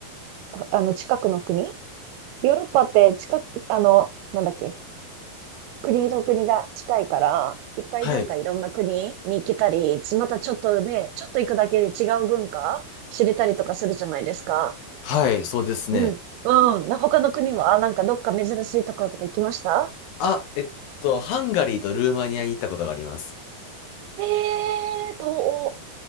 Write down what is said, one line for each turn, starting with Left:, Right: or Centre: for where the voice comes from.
Right: ああの、近くの国ヨーロッパって近く、あの、なんだっけ、国と国が近いから、いっぱいなんかいろんな国に行けたり、
Left: はい。
Right: またちょっとね、ちょっと行くだけで違う文化知れたりとかするじゃないですか。
Left: はい。そうですね。
Right: うん、うん。な他の国は、あなんかどっか珍しいところとか行きました
Left: あ、えっと、ハンガリーとルーマニアに行ったことがあります。
Right: えー、東欧、